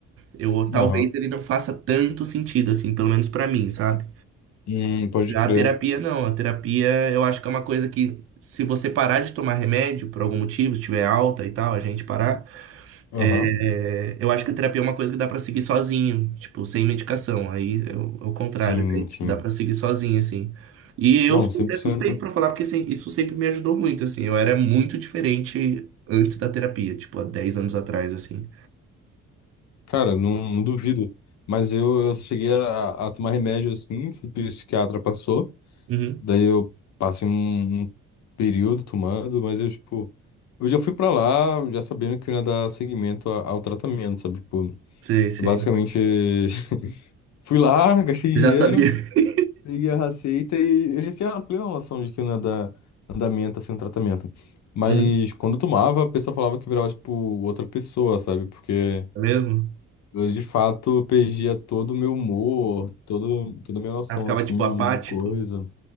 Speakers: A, on the right; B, on the left.
A: eu talvez
B: Aham.
A: ele não faça tanto sentido assim, pelo menos pra mim, sabe?
B: Hum, pode
A: A
B: crer.
A: terapia não, a terapia eu acho que é uma coisa que se você parar de tomar remédio por algum motivo, se tiver alta e tal, a gente parar,
B: Aham,
A: é, eu acho que a terapia é uma coisa que dá pra seguir sozinho, tipo, sem medicação. Aí é o é o contrário,
B: sim,
A: daí, tipo,
B: sim.
A: dá pra seguir sozinho, assim. E eu
B: Não,
A: sou
B: cem
A: até
B: por cento
A: suspeito pra falar, porque sem- isso sempre me ajudou muito, assim. Eu era muito diferente antes da terapia, tipo, há dez anos atrás, assim.
B: Cara, não, não duvido. Mas eu, eu só cheguei a, a tomar remédio assim, que o psiquiatra passou.
A: Uhum,
B: Daí eu passei um, um período tomando, mas eu, tipo, eu já fui pra lá já sabendo que eu ia dar seguimento a- ao tratamento, sabe? Tipo,
A: sei, sei.
B: eu basicamente. <laughs> Fui lá, <laughs> gastei dinheiro,
A: Eu já sabia. <laughs>
B: peguei a receita e eu já tinha a plena noção de que não ia dar andamento, assim, um tratamento. Mas
A: Uhum,
B: quando eu tomava, a pessoa falava que virava, tipo, outra pessoa, sabe? Porque
A: é mesmo?
B: eu, de fato, perdia todo o meu humor, todo, toda a minha noção,
A: Ah, ficava,
B: assim,
A: tipo, apático.
B: de coisa.